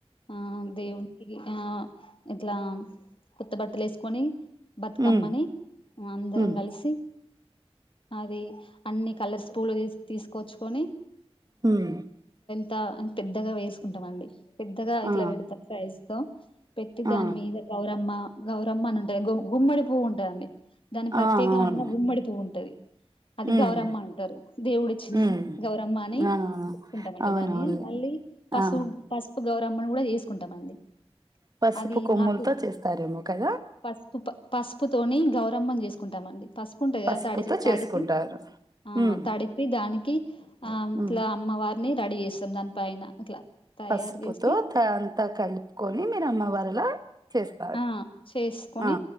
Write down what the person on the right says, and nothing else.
ఉమ్
ఉమ్
మ్
ఆ
ఆ
ఆ అవును
ఉమ్
ఉమ్
ఆ
అవునవునులేండి
ఆ
పసుపు
కొమ్ములతో
చేస్తారేమో కదా
పసుపుతో
చేసుకుంటారు
ఉమ్
ఉమ్
పసుపుతో
త అంతా కలుపుకొని మీరు అమ్మవారిలా చేస్తారు
ఆ